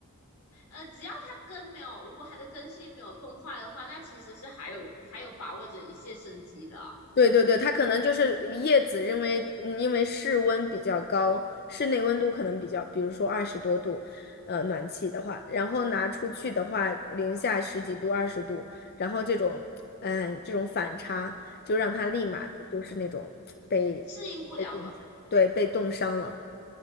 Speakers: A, on the left; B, on the left.
A: 呃，只要它根没有，如果它的根系没有冻坏的话，那其实是还有还有把握着一线生机的，
B: 对对对，它可能就是叶子，因为嗯因为室温比较高，室内温度可能比较，比如说二十多度，呃，暖气的话，然后拿出去的话，零下十几度、二十度，然后这种，嗯，这种反差就让它立马的就是那种被被冻伤，
A: 适应不了了。
B: 对，被冻伤了，